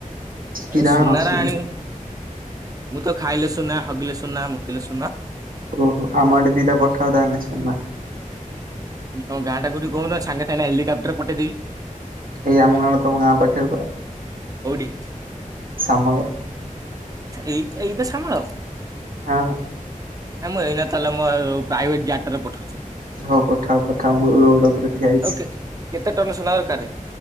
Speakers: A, on the right; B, on the right.
A: ଆରେ
B: ହୀରା
A: ସୁନାରା
B: ଆଣ ସୁନା
A: ଆଣିବୁ ମୁଁ ତ ଖାଇଲେ ସୁନା, ହଗିଲେ ସୁନା, ମୁତିଲେ ସୁନା
B: ଓହୋ ଆମ ଆଡ଼େ ଦିଇଟା ପଠାଅ ତାହେଲେ ସୁନା।
A: ତମ ଗାଁଟା କୋଉଠି କହୁନ ସାଙ୍ଗେ ସାଙ୍ଗେ ହେଲିକପ୍ଟର ରେ ପଠେଇଦେବି।
B: ଏଇ ଆମ ଗାଁ ତମ ଗାଁ ପାଖରେ ପା
A: କୋଉଠି?
B: ସାମର
A: ଏଇ ଏଇଟା ସାମର
B: ହଁ।
A: ନାଁ ମୁଁ ଏଇନା ତାହେଲେ ମୋ ପ୍ରାଇଭେଟ ଜାଟରେ ପଠଉଛି।
B: ହଉ ପଠାଅ ପଠାଅ ମୁଁ ରୋଡ଼ ଉପରେ ଠିଅ ହେଇଛି।
A: ଆଉ କେ କେତେ ଟନ ସୁନା ଦରକାର?